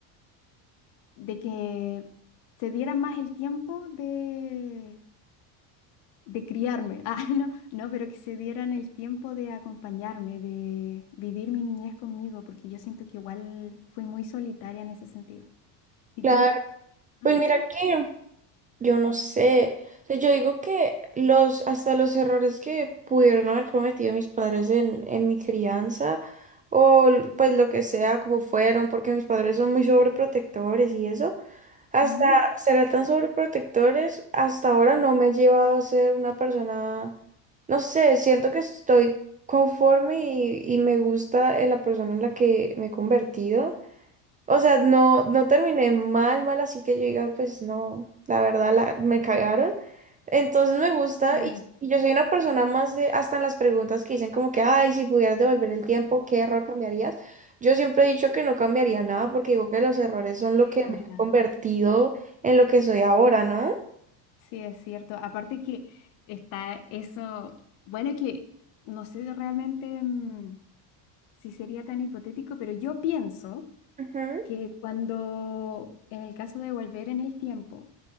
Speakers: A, on the left; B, on the right.
A: de que se dieran más el tiempo de, de criarme. <laughs> Ah, no, no, pero que se dieran el tiempo de acompañarme, de vivir mi niñez conmigo, porque yo siento que igual fui muy solitaria en ese sentido. ¿Y
B: Claro,
A: tú? ¿En
B: pues mira
A: eso?
B: que Yo no sé. O sea, yo digo que los, hasta los errores que pudieron haber cometido mis padres en, en mi crianza, o l- pues lo que sea, como fueron, porque mis padres son muy sobreprotectores y eso, hasta
A: Ujú,
B: ser tan sobreprotectores, hasta ahora no me ha llevado a ser una persona, no sé, siento que estoy conforme y, y me gusta en la persona en la que me he convertido. O sea, no, no terminé mal, mal, así que yo diga, pues no, la verdad la, me cagaron. Entonces me gusta
A: Claro,
B: y, y yo soy una persona más de, hasta en las preguntas que dicen como que, ay, si pudieras devolver el tiempo, ¿qué error cambiarías? Yo siempre he dicho que no cambiaría nada porque digo que los errores son lo
A: sí,
B: que
A: es verdad.
B: me ha convertido en lo que soy ahora, ¿no?
A: Sí, es cierto. Aparte que está eso, bueno, que no sé realmente mm, si sería tan hipotético, pero yo pienso
B: Ujú,
A: que cuando, en el caso de volver en el tiempo